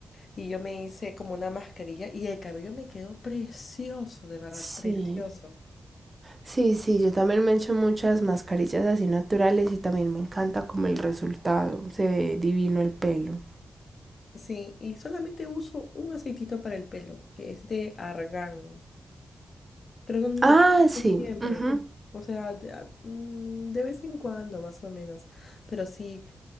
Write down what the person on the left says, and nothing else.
Y yo me hice como una mascarilla y el cabello me quedó precioso, de verdad,
precioso.
Sí, y solamente uso un aceitito para el pelo, que es de argán, pero no, no
lo
uso siempre.
O sea, de, a- mm, de vez en cuando, más o menos. Pero sí,